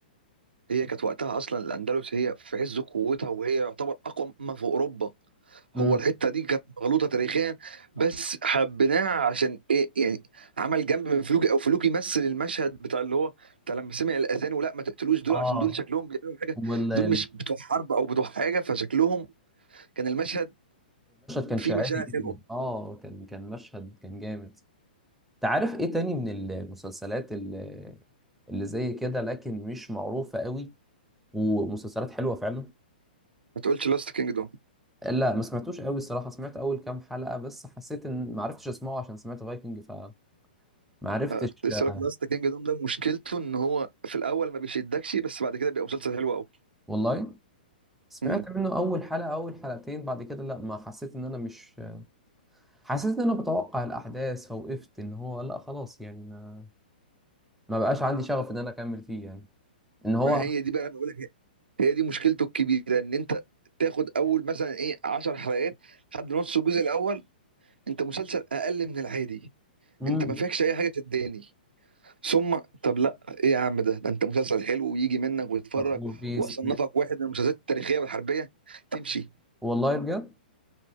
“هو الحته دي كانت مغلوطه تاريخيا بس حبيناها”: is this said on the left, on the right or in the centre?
Right